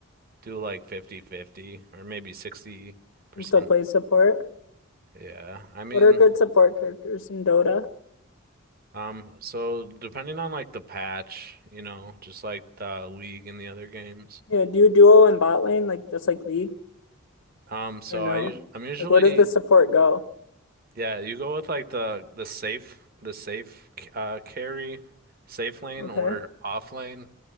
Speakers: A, on the right; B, on the left.
A: Do like fifty-fifty, or maybe 60%.
B: and still play support.
A: Yeah. I mean,
B: What are good support characters in Dota?
A: um, so depending on like the patch, you know, just like the league and the other games.
B: Yeah, do you duo in bot lane like just like League
A: Um, so
B: or no?
A: I us- I'm usually
B: Like where does the support go?
A: yeah, you go with like the the safe the safe uh carry, safe lane
B: Okay.
A: or off lane.